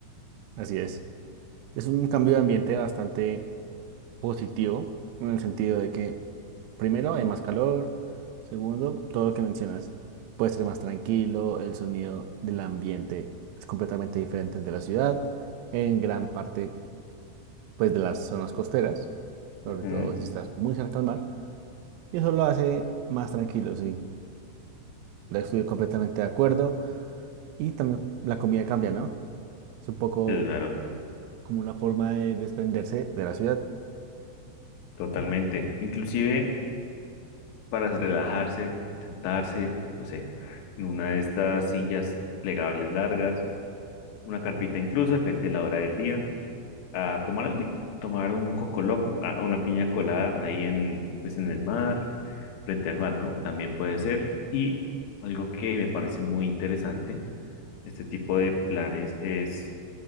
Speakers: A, on the right (about 80°); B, on the left (about 80°).
A: Así es. Es un cambio de ambiente bastante positivo en el sentido de que, primero, hay más calor, segundo, todo lo que mencionas puede ser más tranquilo, el sonido del ambiente es completamente diferente al de la ciudad, en gran parte, pues, de las zonas costeras, sobre
B: Ujú,
A: todo si estás muy cerca al mar, y eso lo hace más tranquilo, sí. La Estoy completamente de acuerdo y también la comida cambia, ¿no? Es un poco
B: Claro,
A: como una forma de desprenderse de la ciudad.
B: totalmente. Inclusive para relajarse, sentarse, no sé, en una de estas sillas plegables largas, una carpita incluso, depende de la hora del día, a tomar algo, tomar un coco loco, a una piña colada ahí en, pues en el mar, frente al mar, ¿no? O También puede ser. Y algo que me parece muy interesante, este tipo de planes es,